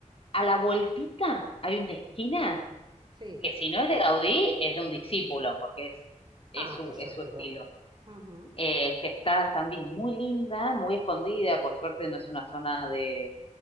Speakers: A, on the left; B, on the right.
A: a la vueltita hay una esquina
B: sí.
A: que si no es de Gaudí, es de un discípulo, porque es, es
B: Ah,
A: su,
B: pues
A: es
B: seguro.
A: su estilo.
B: ujú,
A: Eh, que está también muy linda, muy escondida, por suerte no es una zona de,